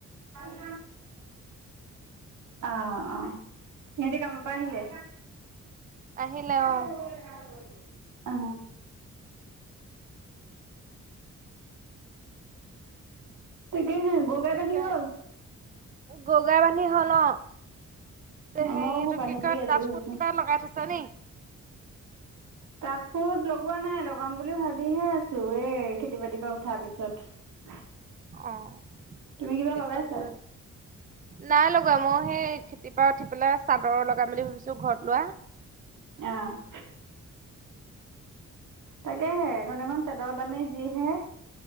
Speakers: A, on the right; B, on the right.
A: <inaudible> অ', অ'। এহেঁতি কামপা আহিলে
B: আহিলে অ',
A: <unintelligible> অ'। তাকেহে গৰু গাই
B: তাকে
A: বান্ধি হ'ল?
B: গৰু গাই বান্ধি হ'ল অ'।
A: আমাৰো
B: হেৰি এইটো
A: বান্ধি
B: কি
A: কৰি
B: কয়,
A: আজৰি
B: তাত সুত
A: হৈছো।
B: কিবা লগাই থৈছে নি?
A: তাত সুত লগোৱা নাই, লগাম বুলি ভাবিহে আছো এই খেতি বাতিৰ পৰা উঠাৰ পিছত।
B: অ',
A: তুমি কিবা
B: কি
A: লগাইছা?
B: লগাম বুলি ভাবি, নাই লগ <unintelligible> ময়ো হেই খেতিৰ পৰা উঠি পেলাই চাদৰ লগাম বুলি ভাবিছো ঘৰত লোৱা।
A: অ' <inaudible> তাকেহে, এখন-এখন চাদৰ দামে যিহে।